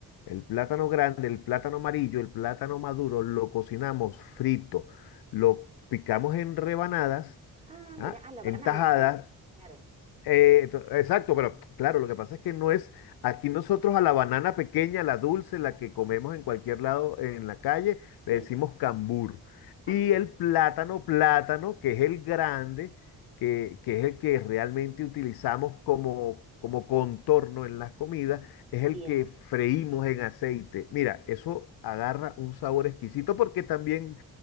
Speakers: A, on the left; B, on the right.
A: el plátano grande, el plátano amarillo, el plátano maduro, lo cocinamos frito, lo picamos en rebanadas,
B: Ah,
A: ¿ah?
B: mira, ah, la banana
A: en tajadas
B: sería, claro,
A: eh, ento- exacto, pero claro, lo que pasa es que no es, aquí nosotros a la banana pequeña, la dulce, la que comemos en cualquier lado eh, en la calle,
B: sí.
A: le decimos cambur.
B: Ah,
A: Y el plátano, plátano, que es el grande, que, que es el que realmente utilizamos como, como contorno en las comidas, es el
B: bien,
A: que freímos en aceite. Mira, eso agarra un sabor exquisito porque también